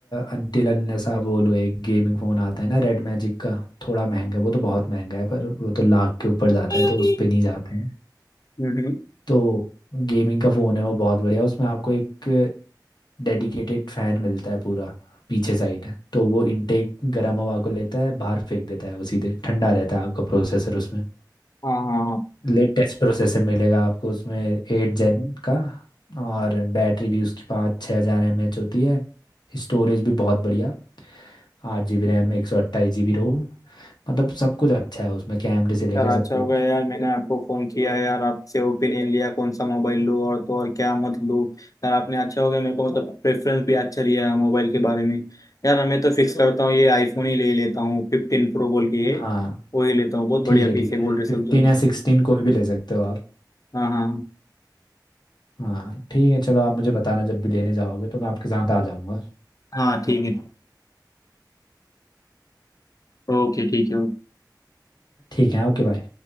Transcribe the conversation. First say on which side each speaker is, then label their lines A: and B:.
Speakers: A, on the left; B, on the left.
A: अनटिल अनलेस आप वो लो एक गेमिंग फोन आता है ना रेड मैजिक का थोड़ा महंगा है, वो तो बहुत महंगा है पर वो तो लाख के ऊपर जाता
B: है
A: है तो उस पे नहीं जाते हैं
B: हम्म
A: तो गेमिंग का फोन है वो बहुत बढ़िया उसमें आपको एक डेडिकेटेड फैन मिलता है पूरा पीछे साइड तो वो इनटेक गर्म हवा को लेता है बाहर फेंक देता है वो सीधे ठंडा रहता है आपका प्रोसेसर उसमें
B: हाँ हाँ हाँ
A: लेटेस्ट प्रोसेसर मिलेगा आपको उसमें एट जेन का और बैटरी भी उसकी पाँच छः हज़ार एम एच होती है स्टोरेज भी बहुत बढ़िया आठ जी बी रैम एक सौ अट्ठाईस जी बी रोम मतलब सब कुछ अच्छा है उसमें कैमरे से लेकर
B: यार अच्छा
A: सब
B: हो
A: कुछ
B: गया यार मैंने आपको फोन किया यार आपसे ओपिनियन लिया कौन सा मोबाइल लूँ और तो और क्या मत लूँ यार आपने अच्छा हो गया मेरे को मतलब प्रेफरेंस भी अच्छा लिया मोबाइल के बारे में यार मैं तो फिक्स करता हूँ ये आईफोन ही ले लेता हूँ फिफ्टीन प्रो बोल के ये
A: हाँ
B: वही लेता हूँ बहुत बढ़िया
A: ठीक है
B: पीस
A: ठीक
B: है
A: है
B: बोल रहे सब
A: फिफ्टीन
B: जन
A: या सिक्सटीन कोई भी ले सकते हो आप
B: हाँ हाँ
A: हाँ ठीक है चलो आप मुझे बताना जब भी लेने जाओगे तो मैं आपके साथ आ जाऊँगा
B: हाँ ठीक है ओके ठीक है
A: ठीक है ओके बाय